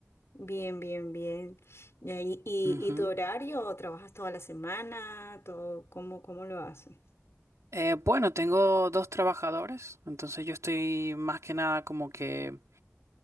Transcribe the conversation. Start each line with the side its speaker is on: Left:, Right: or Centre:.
Left: bien, bien, bien. Ya, ¿Y, y,
Right: Ujú.
Left: y tu horario? ¿Trabajas toda la semana? Todo, ¿cómo, cómo lo haces?
Right: Eh, bueno, tengo dos trabajadores, entonces yo estoy más que nada como que